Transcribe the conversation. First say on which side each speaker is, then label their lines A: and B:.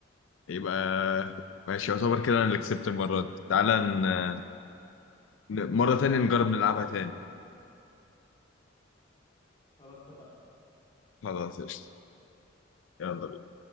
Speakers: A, on the left; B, on the left.
A: يبقى ماشي يعتبر كده انا اللي
B: ماشي
A: كسبت المره دي تعالى ن... ن- مره تانية نجرب نلعبها
B: ماشي
A: تاني
B: خلاص اتفقنا
A: خلاص قشطة يلا